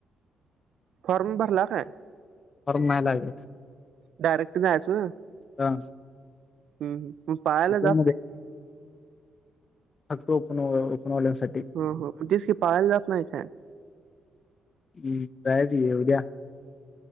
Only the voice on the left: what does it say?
र् मयलागात.
हा.
ओपन
हक्तपन ओपनवाल्यांसाठी.
हम् काय त येवद्या.